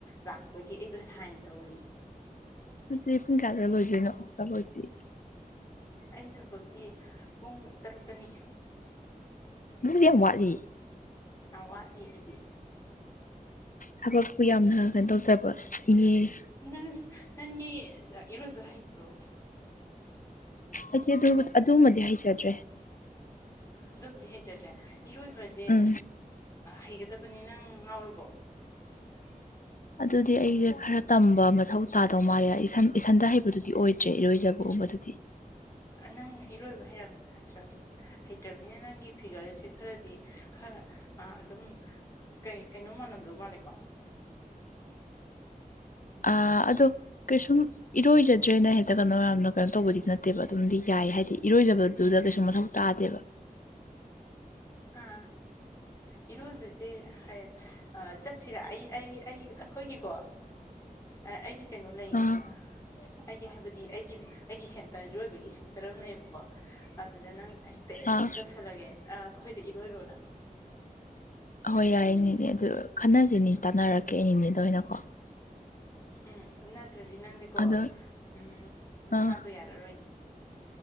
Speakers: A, on the left; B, on the left.
A: ꯂꯥꯛꯄꯒꯤ ꯑꯩꯗꯣ ꯁꯥꯏꯟ ꯇꯧꯔꯤ
B: ꯗꯤ ꯄꯨꯡ ꯀꯒꯥꯗ ꯂꯣꯏꯖꯣꯏꯅꯣ ꯇꯕꯗꯤ
A: ꯑꯩ ꯊꯕꯛꯇꯤ ꯄꯨꯡ ꯇꯔꯨꯛꯇꯅꯤ
B: ꯑꯗꯨꯗꯤ ꯌꯥꯝ ꯆꯥꯠꯂꯤ
A: ꯑ ꯋꯥꯠ ꯂꯤ ꯏꯕꯤ
B: ꯊꯕꯛꯄꯨ ꯌꯥꯝꯅ ꯀꯩꯅꯣ ꯇꯧꯖꯕ ꯏꯅꯦꯅꯦꯕ
A: ꯅꯪ ꯅꯪꯒꯤ ꯏꯔꯣꯖ ꯏꯕꯣ
B: ꯍꯥꯏꯗꯤ ꯑꯗꯨ ꯑꯗꯨꯃꯗꯤ ꯍꯩꯖꯗ꯭ꯔꯦ
A: ꯑꯗꯨꯝꯗꯤ ꯍꯩꯖꯗ꯭ꯔꯦ ꯏꯔꯣꯏꯕꯁꯦ
B: ꯎꯝ
A: ꯍꯩꯒꯗꯕꯅꯤ ꯅꯪ ꯉꯥꯎꯔꯕꯣ ꯎꯝ
B: ꯑꯗꯨꯗꯤ ꯑꯩꯁꯦ ꯈꯔ ꯇꯝꯕ ꯃꯊꯧ ꯇꯥꯗꯧ ꯃꯥꯜꯂꯦ ꯏꯁꯟ ꯏꯁꯟꯗ ꯍꯩꯕꯗꯨꯗꯤ ꯑꯣꯏꯗꯦ ꯆꯠꯇ꯭ꯔꯦ ꯏꯔꯣꯏꯖꯕꯣ ꯃꯗꯨꯗꯤ
A: ꯅꯪ ꯏꯔꯣꯏꯕ ꯍꯥꯏꯔꯝꯗꯤ ꯅꯠꯇ꯭ꯔꯅꯤ ꯍꯩꯇꯕꯅꯤꯅ ꯅꯪꯒꯤ ꯐꯤꯒꯔꯁꯦ ꯈꯔꯗꯤ ꯈꯔ ꯑꯗꯨꯝ ꯀꯩ ꯀꯩꯅꯣ ꯃꯥꯟꯅꯝꯗꯧ ꯃꯥꯜꯂꯦꯀꯣ
B: ꯑ ꯑꯗꯣ ꯀꯩꯁꯨꯝ ꯏꯔꯣꯏꯖꯗ꯭ꯔꯦꯅ ꯍꯦꯛꯇ ꯀꯩꯅꯣ ꯃꯌꯥꯝꯅ ꯀꯩꯅꯣ ꯇꯧꯕꯗꯤ ꯅꯠꯇꯦꯕ ꯑꯗꯨꯝꯗꯤ ꯌꯥꯏ ꯍꯥꯏꯗꯤ ꯏꯔꯣꯏꯖꯕꯗꯨꯗ ꯀꯩꯁꯨ ꯃꯊꯧ ꯇꯥꯗꯦꯕ
A: ꯑ ꯏꯔꯣꯏꯕꯁꯦ ꯍꯥꯏꯌꯦ ꯆꯠꯁꯤꯔꯥ ꯑꯩ ꯑꯩ ꯑꯩ ꯑꯩꯈꯣꯏꯒꯤꯀꯣ ꯑꯩꯒꯤ ꯀꯩꯅꯣ ꯂꯩꯌꯦ
B: ꯑꯥ
A: ꯑꯩꯒꯤ ꯍꯥꯏꯕꯗꯤ ꯑꯩꯒꯤ ꯑꯩꯒꯤ ꯁꯦꯟꯇꯔ ꯏꯔꯣꯏꯕꯒꯤ ꯁꯦꯟꯇꯔ ꯑꯃ ꯂꯩꯌꯦꯕꯀꯣ ꯑꯗꯨꯗ ꯅꯪ ꯍꯦꯛꯇ ꯑꯦꯠꯃꯤꯠ
B: ꯑꯥ
A: ꯇꯧꯁꯜꯂꯒꯦ ꯑꯩꯈꯣꯏꯗ ꯏꯔꯣꯏꯔꯣ ꯅꯪ
B: ꯑꯍꯣꯏ ꯌꯥꯏꯅꯦꯅꯦ ꯑꯗꯨ ꯈꯟꯅꯁꯤꯅꯤ ꯇꯥꯟꯅꯔꯛꯀꯦ ꯑꯩꯅꯤꯅꯦꯗ ꯑꯣꯏꯅꯀꯣ
A: ꯎꯝ ꯑꯗꯨ ꯅꯠꯇ꯭ꯔꯗꯤ ꯅꯪꯗꯤꯀꯣ
B: ꯑꯗꯣ
A: ꯎꯝ ꯅꯁꯥꯗꯣ
B: ꯑꯥ
A: ꯌꯥꯔꯔꯣꯏꯅꯦ